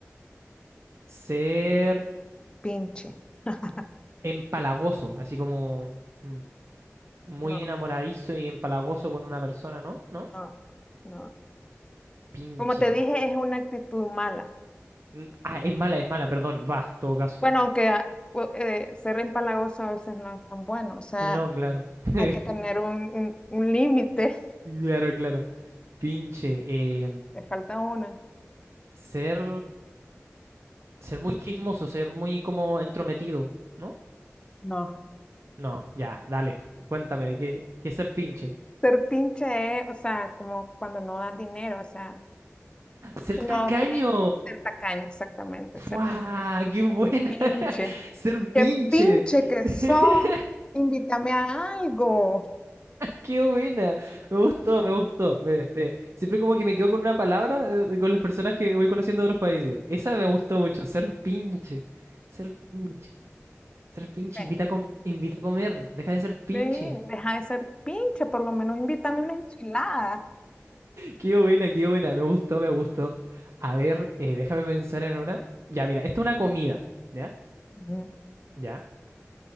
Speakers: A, on the right (about 60°); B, on the left (about 20°).
A: ser
B: pinche. <laughs>
A: empalagoso, así como mm, muy
B: No,
A: enamoradizo y empalagoso con una persona, ¿no? ¿No?
B: no, no.
A: Pinche.
B: Como te dije, es una actitud mala.
A: Mm, Ah, es mala, es mala, perdón. Va, en todo caso.
B: Bueno, aunque ah, pu- eh, ser empalagoso a veces no es tan bueno, o sea,
A: No, claro. <laughs>
B: hay que tener un, un, un límite,
A: Claro, claro. Pinche. eh,
B: <laughs> te falta una.
A: ser. Ser muy chismoso, ser muy como entrometido, ¿no?
B: No.
A: No, ya, dale. Cuéntame, ¿de qué, qué es ser pinche?
B: Ser pinche es, o sea, como cuando no das dinero, o sea,
A: ¡Ser
B: no
A: tacaño!
B: quiere ser tacaño, exactamente,
A: ¡Fua!
B: ser tacaño.
A: ¡Qué buena!
B: Pinche.
A: <laughs> ¡Ser
B: Qué
A: pinche!
B: pinche que
A: <laughs>
B: sos. Invítame a algo.
A: Qué buena, me gustó, me gustó. Me- me- Siempre como que me quedo con una palabra eh, de- con las personas que voy conociendo de otros países. Esa me gustó mucho, ser pinche, ser pinche, ser pinche,
B: Sí.
A: invita a, com- invita a comer, deja de ser pinche.
B: Sí, deja de ser pinche, por lo menos invítame una enchilada.
A: Qué buena, qué buena, me gustó, me gustó. A ver, eh, déjame pensar en una. Ya, mira, esta es una comida, ¿ya?
B: Ujú.
A: ¿Ya?